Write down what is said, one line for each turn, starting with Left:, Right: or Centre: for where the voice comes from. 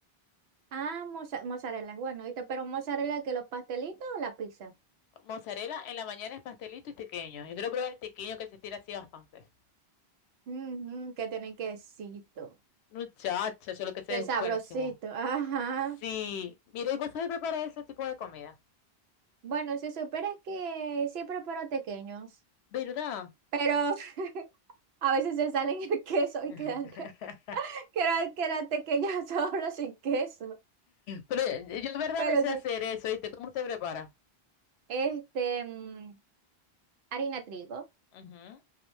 Right: Ah, moza- mozzarella, es bueno, ¿viste? Pero mozzarella que los pastelitos o la pizza.
Left: Mozzarella en la mañana es pastelito y tequeño. Yo quiero probar el tequeño que se estira así bastante.
Right: Ujú, que tienen quesito.
Left: Muchacha, yo lo que sé
Right: El
Left: es
Right: sabrosito.
Left: buenísimo.
Right: <laughs> Ajá.
Left: Sí, mire, ¿y vos sabés preparar ese tipo de comida?
Right: Bueno, si supieras que sí preparo tequeños,
Left: ¿Verdad?
Right: pero <laughs> a veces se salen el <laughs> queso y
Left: <laughs>
Right: quedan, <laughs> quedan, quedan pequeños <laughs> solo sin queso.
Left: Pero eh, yo de verdad
Right: Pero
Left: no sé
Right: sí.
Left: hacer eso, ¿viste? ¿Cómo usted prepara?
Right: Este, mm, harina trigo.
Left: Ujú.